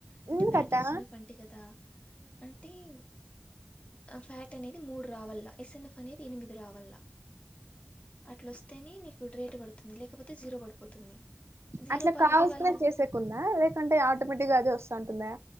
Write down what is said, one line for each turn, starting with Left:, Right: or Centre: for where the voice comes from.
Left: అంటే
Right: ఎందుకట్టా
Left: ఫ్యాట్ ఏసిన ఫంటి గదా అంటే ఇన్ ఆ ఫ్యాట్ అనేది మూడు రావా అల్ల ఎస్ఎన్ఎఫ్ అనేది ఎనిమిది రావాల్ల అట్ల వొస్తేనే నీకు రేటు పడుతుంది లేక్ లేకపోతే జీరో పడిపోతుంది జీరో
Right: అట్ల
Left: పాలకి
Right: కావాల్సిన
Left: వాళ్ళు
Right: చేసేకుందా లేకుంటే ఆటోమేటిక్ గా అదే వస్తా అంటుందా